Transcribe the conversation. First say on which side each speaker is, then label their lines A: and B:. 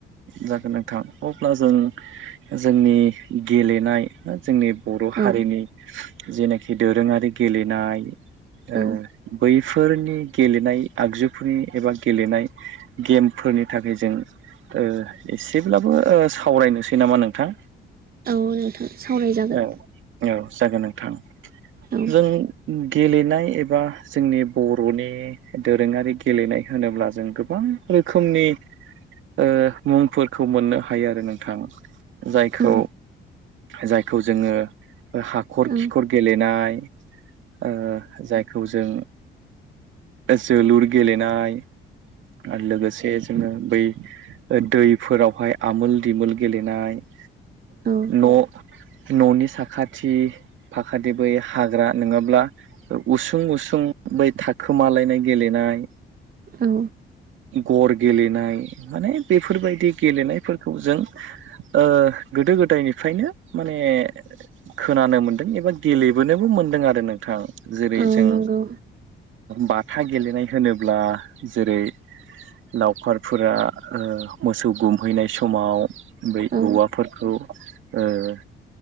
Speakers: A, on the right; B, on the right.
A: जागोन नोंथां अब्ला जों जोंनि गेलेनाय जोंनि बर' हारिनि
B: औ
A: जेनाखि दोरोङारि गेलेनाय ओ
B: औ
A: बैफोरनि गेलेनाय आगजुफोरनि एबा गेलेनाय गेमफोर फोरनि थाखाय जों ओ एसेब्लाबो ओ सावरायनोसै नामा नोंथां।
B: औ नोंथां सावरायजागोन
A: औ औ जागोन नोंथां
B: औ
A: जों गेलेनाय एबा जोंनि बर'नि दोरोङारि गेलेनाय होनोब्ला जों गोबां रोखोमनि ओ मुंफोरखौ मोननो हायो आरो नोंथां जायखौ
B: औ
A: जायखौ जोङो हाखर
B: औ
A: खिखर गेलेनाय ओ जायखौ जों जोलुर गेलेनाय आरो लोगोसे जोङो बै दै फोरावहाय आमोल दिमोल गेलेनाय ओ
B: औ
A: न' न'नि साखाथि फाखाथि बै हाग्रा नोङाब्ला उसुं उसुं सुं बै थाखोमालायनाय गेलेनाय
B: औ
A: गर गेलेनाय माने बेफोरबायदि गेलेनायफोरखौ जों ओ गोदो गोदायनिफ्रायनो माने खोनानो मोनदों एबा गेलेबोनोबो मोनदों आरो नोंथां जेरै
B: औ
A: जों
B: नंगौ
A: बाथा ओ गेलेनाय होनोब्ला जेरै लावखारफोरा ओ मोसौ गुमहैनाय समाव बै
B: औ
A: औवा खौ ओ